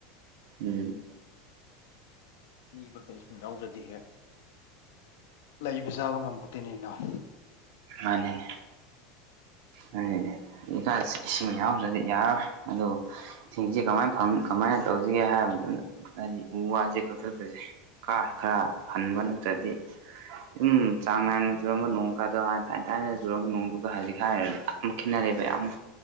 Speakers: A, on the right; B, on the left.
A: ꯎꯝ
B: ꯅꯤꯕ ꯀꯩ ꯌꯥꯎꯗ꯭ꯔꯗꯤ ꯂꯩꯕ ꯆꯥꯕ ꯉꯝꯄꯣꯟꯇꯦꯅꯦ ꯏꯅꯥꯎ
A: ꯃꯥꯅꯤꯅꯦ ꯑꯗꯨꯅꯤꯅꯦ ꯏꯁꯤꯡ ꯌꯥꯎꯗ꯭ꯔꯗꯤ ꯌꯥꯔꯔꯣꯏ ꯑꯗꯨꯕꯨ ꯏꯁꯤꯡꯖꯦ ꯀꯃꯥꯏ ꯐꯪ ꯀꯃꯥꯏꯅ ꯇꯧꯁꯤꯒꯦ ꯍꯥꯏꯔꯕꯗꯨꯗ ꯍꯥꯏꯗꯤ ꯎ ꯋꯥꯖꯦ ꯀꯛꯊꯠꯄꯖꯦ ꯀꯥ ꯈꯔ ꯍꯟꯕ ꯅꯠꯇ꯭ꯔꯗꯤ ꯑꯗꯨꯨꯝ ꯆꯥꯡ ꯅꯥꯏꯅ ꯆꯨꯔꯝꯕ ꯅꯣꯡ ꯀꯥꯗꯣ ꯍꯥꯟꯅ ꯊꯥꯏꯅ ꯊꯥꯏꯅ ꯆꯨꯔꯝꯕ ꯅꯣꯡꯗꯨꯒ ꯍꯥꯏꯖꯤꯛ ꯍꯥꯏꯔꯗꯤ ꯌꯥꯝ ꯈꯦꯠꯅꯔꯦꯕ ꯌꯥꯝꯅ